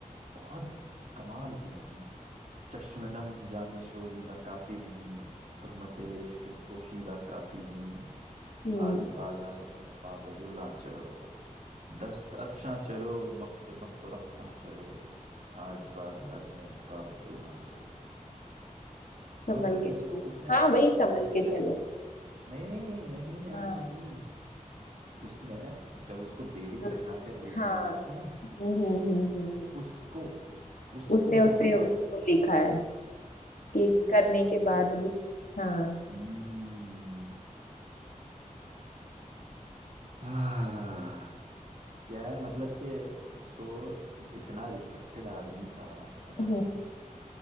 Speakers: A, on the right; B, on the left.
A: बहुत कमाल की नज्म है चश्मे-नम जाने शोरीदा काफी नहीं तहमत इश्क पोशीदा काफी नहीं
B: हम्म
A: आज बाजार में पाबजोला चलो दस्त अफशां चलो मस्त मस्त रक्सां चलो आज बाजार में बाबजोला चलो
B: संभल
A: मतलब
B: के
A: उसको
B: चलो
A: उसने
B: हाँ भाई
A: हाँ
B: संभल
A: उस
B: के
A: क्या
B: चलो
A: नहीं नहीं नहीं
B: हाँ
A: नहीं उसने जब उसको बेड़ी
B: हाँ
A: पहना कर ले जाया
B: हाँ,
A: गया था ना
B: हम्म हम्म हम्म, हम्म।
A: उसको उसको
B: उसने
A: लिखा
B: उससे उसको
A: है
B: लिखा है
A: उसके
B: कि करने के
A: मतलब
B: बाद भी हाँ
A: हम्म आह, क्या है मतलब कि उसको इतना रिस्पेक्टेड आदमी था मतलब
B: हम्म